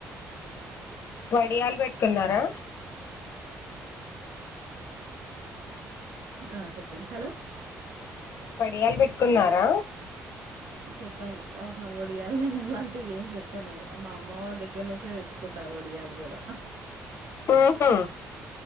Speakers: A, on the left; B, on the right.
A: వడియాలు పెట్టుకున్నారా
B: ఆ చెప్పండి హలో
A: పడియాలు పెట్టుకున్నారా
B: చెప్పాను అవు హ వడియాలు నేను అలాంటివి ఏం పెట్టాను మా అమ్మ దగ్గర నుంచే తెచ్చు కుంట వడియాలు కూడా
A: ఆహా